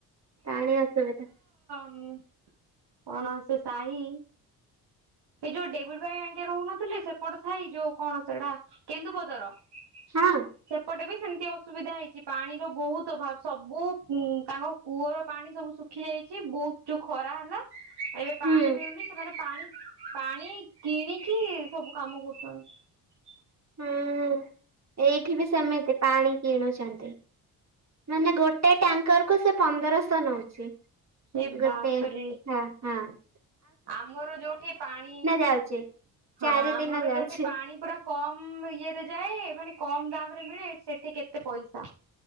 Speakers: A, on the right (about 35°); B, on the right (about 60°).
A: ପାଣି ଅସୁବିଧା ।
B: ହୁଁ କଣ ସେ ସାହି ଏ ଯୋଉ ଡେଭିଡ ଭାଇ ଆଙ୍କେ ରହୁନଥିଲେ ସେପଟ ସାାଇ ଯୋଉ କଣ ସେଇଟା କେନ୍ଦୁପଦର ।
A: ହଁ
B: ସେପଟେ ବି । ସେମତି ଅସୁବିଧା ହେଇଛି ।ପାଣିର ବହୁତ ଅଭାବ ସବୁ ତାଙ୍କ କୂଅର ପାଣି ସବୁ ଶୁଖି ଯାଇଛି । ବହୁତ ଯୋଉ ଖରା ହେଲା ଏବେ ପାଣି
A: ହୁଁ
B: ମିଳୁନି ସେମାନେ ପାଣି ପାଣି କିଣିକି ସବୁ କାମ କରୁଛନ୍ତି ।
A: ହୁଁ ଏଇଠି ବି ସେମିତି ପାଣି କିଣୁଛନ୍ତି । ମାନେ ଗୋଟେ ଟ୍ୟାଙ୍କର କୁ ସେ ପନ୍ଦରଶହ ନଉଛି ।
B: ଏ
A: ଗୋଟେ
B: ବାପରେ
A: ହଁ ହଁ ।
B: ଆମର ଯୋଉଠି ପାଣି
A: ଯାଉଛି
B: ହଁ
A: ଚାରି
B: ଆମର
A: ଦିନ ଯାଉଛି।
B: ଯୋଉଠି ପାଣି ପୁରା କମ ଇଏରେ ଯାଏ ମାନେ କମ ଦମ୍ ରେ ମିଳେ ସେଠି କେତେ ପଇସା?